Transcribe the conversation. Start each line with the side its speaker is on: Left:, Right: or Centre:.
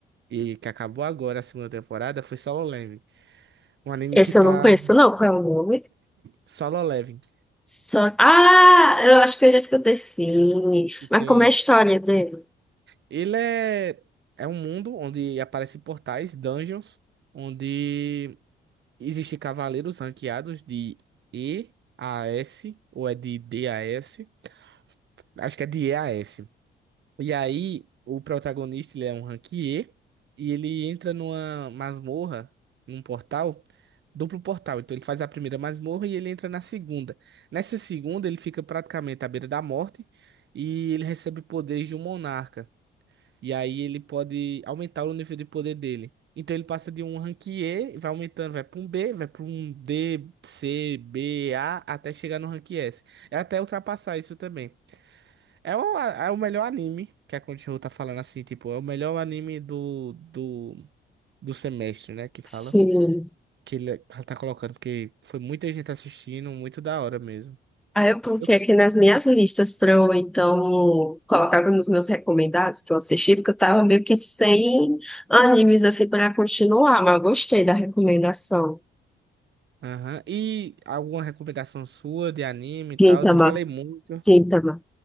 Right: e que acabou agora a segunda temporada, foi Solo Leveling. Um anime
Centre: Esse
Right: que tá...
Centre: eu não conheço, não. Qual é o nome?
Right: Solo Leveling.
Centre: Só... Ah, eu acho que eu já escutei sim.
Right: Que tem
Centre: Mas como é a história dele?
Right: Ele é, é um mundo onde aparecem portais, dungeons, onde existem cavaleiros ranqueados de E a S, ou é de D a S, acho que é de E a S. E aí, o protagonista, ele é um rank E, e ele entra numa masmorra, num portal, duplo portal. Então ele faz a primeira masmorra e ele entra na segunda. Nessa segunda, ele fica praticamente à beira da morte, e ele recebe poderes de um monarca. E aí ele pode aumentar o nível de poder dele. Então ele passa de um rank E, vai aumentando, vai para um B, vai para um D, C, B, A, até chegar no rank S. É até ultrapassar isso também. É o, é o melhor anime que a Crunchyroll tá falando assim, tipo, é o melhor anime do, do, do semestre, né? Que fala,
Centre: Sim.
Right: que ele ela tá colocando, porque foi muita gente assistindo, muito da hora mesmo.
Centre: Aí eu coloquei
Right: Eu-
Centre: aqui nas minhas listas para eu, então, colocar nos meus recomendados para eu assistir, porque eu tava meio que sem animes, assim, para continuar, mas eu gostei da recomendação.
Right: Aham. E alguma recomendação sua de anime e tal?
Centre: Gintama,
Right: Eu falei muito.
Centre: Gintama.